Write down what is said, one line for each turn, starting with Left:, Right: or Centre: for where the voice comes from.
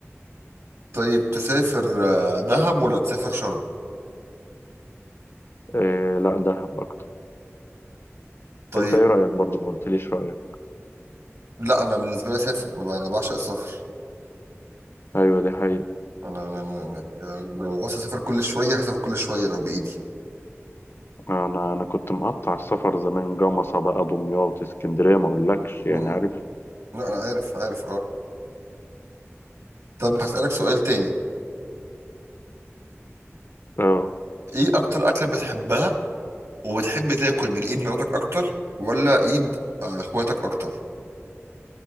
Right: طيب تسافر آه، دهب ولا تسافر شرم
Left: إيه لا دهب اكتر
Right: طيب
Left: انت ايه رأيك برضه ما قلتليش رأيك
Right: لا انا بالنسبه لي اسافر انا ب- انا بعشق السفر
Left: ايوه دي حقيقة
Right: انا انا انا أنا- يعني لو عاوز اسافر كل شويه هسافر كل شويه لو بايدي
Left: انا انا كنت مقطع السفر زمان جمصة بقى دمياط اسكندرية ما اقولكش يعني
Right: م-
Left: عارف
Right: م. لا انا عارف عارف اه طب هسالك سؤال تاني
Left: اه
Right: ايه اكتر اكله بتحبها وبتحب تاكل من ايد مراتك اكتر ولا ايد آه، اخواتك اكتر